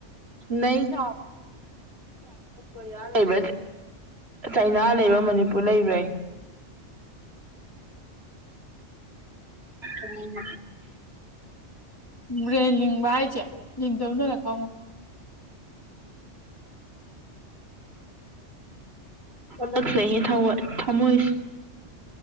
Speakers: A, on the right (about 60°); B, on the left (about 20°).
A: ꯅ ꯊ ꯣ ꯂꯩ ꯆꯩꯅꯥ ꯂꯩꯕ꯭ꯔꯥ ꯃꯅꯤꯄꯨꯔ ꯂꯩꯕ꯭ꯔꯥ <inaudible> ꯎꯝ
B: ꯕ꯭ꯔꯦꯟ ꯂꯤꯡꯕ ꯍꯥꯏꯁꯦ ꯂꯤꯡꯗꯕ ꯅꯅ ꯈꯪꯉꯨ
A: ꯑꯂꯒꯁꯌꯦ ꯊꯃ ꯊꯃꯣꯏꯁ